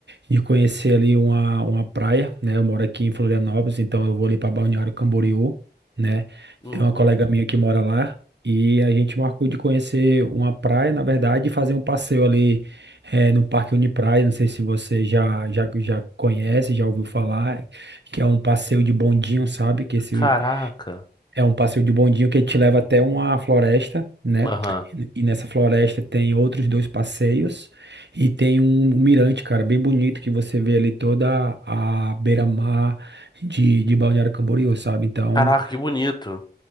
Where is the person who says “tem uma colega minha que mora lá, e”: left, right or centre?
Right